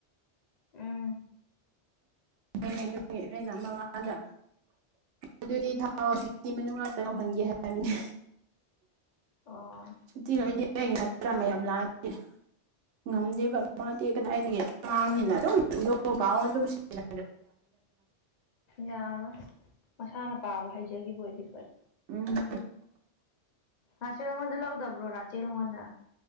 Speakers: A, on the left; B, on the right.
A: ꯎꯝ
B: ꯑꯩꯅ ꯑꯗꯨꯒꯤ ꯑꯩꯅ ꯃꯃꯥꯗ ꯑꯗꯨꯗꯤ ꯊꯥꯎꯤ ꯃꯅꯨꯡ ꯉꯥꯛꯇ ꯌꯧꯍꯟꯒꯦ ꯍꯥꯏꯕꯅꯦ꯫
A: ꯑꯣ꯫
B: ꯁꯨꯇꯤ ꯂꯣꯏꯗꯦ ꯑꯩ ꯉꯠꯇ꯭ꯔꯥ ꯃꯌꯥꯝ ꯂꯥꯛꯑꯗꯤ ꯉꯝꯗꯦꯕ ꯃꯥꯗꯤ ꯀꯗꯥꯏꯗꯒꯤ ꯃꯥꯡꯉꯤꯅ ꯑꯗꯨ <inaudible> ꯄꯥꯎ ꯑꯗꯨꯝ ꯁꯤꯟ <inaudible>
A: ꯌꯥꯔꯣꯏ ꯃꯁꯥꯅ ꯄꯥꯕ ꯍꯩꯖꯕ ꯑꯣꯏꯗꯤ ꯐꯩ꯫
B: ꯎꯝ
A: ꯔꯥꯆꯦꯜꯉꯣꯟꯗ ꯂꯧꯎꯗꯕ꯭ꯔꯣ ꯔꯥꯆꯦꯜꯉꫭꯟꯗ꯫